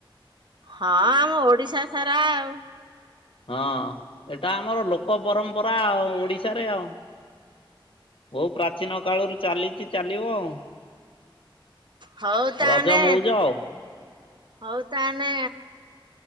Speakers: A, on the right (about 60°); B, on the left (about 80°).
A: ହଁ ଆମ ଓଡିଶା ସାରା ଆଉ।
B: ହଁ ଏଇଟା ଆମର ଲୋକ ପରମ୍ପରା ଆଉ। ଓଡିଶାରେ ଆଉ କୋଉ ବହୁ ପ୍ରା ପ୍ରଚୀନ କାଳରୁ ଚାଲିଛି ଚାଲିବ ଆଉ
A: ହଉ ତାହେନେ
B: ରଜ ମଉଜ ଆଉ।
A: ହଉ ତାହେନେ